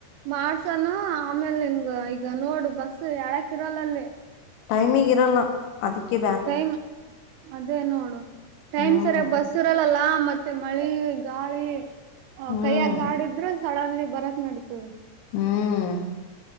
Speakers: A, on the right (about 85°); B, on the left (about 80°).
A: ಮಾಡ್ಸಾನ ಆಮೇಲ್ ನಿನ್ಗ ಈಗ ನೋಡು ಬಸ್ ಏಳಕ್ಕ ಇರಲ್ಲ ಅಲ್ಲಿ.
B: ಟೈಮಿಗೆಂಗ್ ಇರಲ್ಲ. ಅದಿಕ್ಕೇ.
A: ಟೈಮ್ ಅದೇ ನೋಡು ಟೈಮ್
B: ಹ್ಮ್
A: ಸರಿಯಾಗಿ ಬಸ್. ಇರಲಲ್ಲ ಮತ್ತೆ ಮಳೆ ಗಾಳಿ
B: ಹ್ಮ್
A: ಕೈಯಾಗ ಗಾಡ ಇದ್ರು. ಸಡನ್ಲಿ ಬರಕ್ ನೇಡೀತದ.
B: ಹ್ಮ್